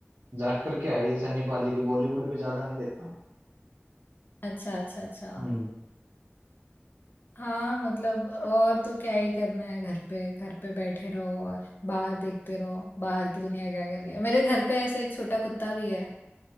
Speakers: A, on the right (about 65°); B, on the left (about 50°).
A: जाट करके आई थी सन्नी पाजी की बॉलीवुड पे ज्यादा नहीं देखता हूँ
B: अच्छा अच्छा अच्छा
A: हम्म
B: हाँ मतलब और तो क्या ही करना है घर पे घर पे बैठे रहो और बाहर देखते रहो बाहर की दुनिया क्या कर रही है मेरे घर पे ऐसे एक छोटा कुत्ता भी है